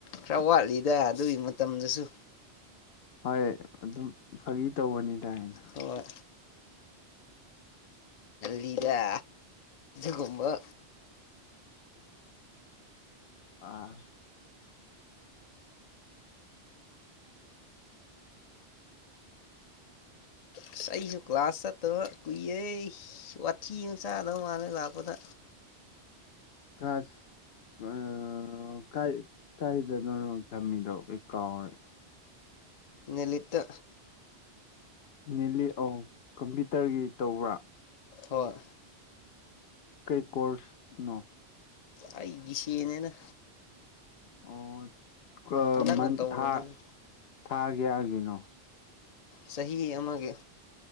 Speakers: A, on the left (about 50°); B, on the left (about 65°).
A: ꯈꯔ ꯋꯥꯠꯂꯤꯗ ꯑꯗꯨꯒꯤ ꯃꯇꯝꯗꯨꯁꯨ
B: ꯍꯣꯏ ꯑꯗꯨꯝ ꯐꯥꯒꯤ ꯇꯧꯕꯅꯤ ꯇꯥꯏꯅ
A: ꯍꯣꯏ ꯂꯤꯗ ꯒꯨꯝꯕ
B: ꯑꯥ
A: ꯑꯁ ꯑꯩꯁꯨ ꯀ꯭ꯂꯥꯁ ꯆꯠꯇꯔ ꯀꯨꯏꯌꯦꯦ ꯋꯥꯊꯤ ꯆꯥꯗꯧ ꯃꯥꯜꯂꯦ ꯂꯥꯛꯄꯗ
B: ꯈꯥꯁ ꯀꯥꯏꯗꯅꯣ ꯊꯝꯃꯤꯗꯣ ꯑꯩꯈꯣꯏ ꯀꯥꯎꯔꯦ
A: ꯅꯨꯂꯤꯇ
B: ꯅꯦꯜꯂꯤ ꯑ ꯀꯝꯄ꯭ꯌꯨꯇꯔꯒꯤ ꯇꯧꯕ꯭ꯔꯥ
A: ꯍꯣꯏ
B: ꯀꯩ ꯀꯣꯔꯁꯅꯣ
A: ꯑꯩ ꯁꯤꯅꯦꯅ
B: ꯑꯣ ꯀ
A: ꯍꯟꯗꯛꯅ
B: ꯃꯟ
A: ꯇꯧꯕꯅꯤꯅ
B: ꯊꯥ ꯊꯥꯒꯒꯤꯅꯣ
A: ꯆꯍꯤ ꯑꯃꯒꯤ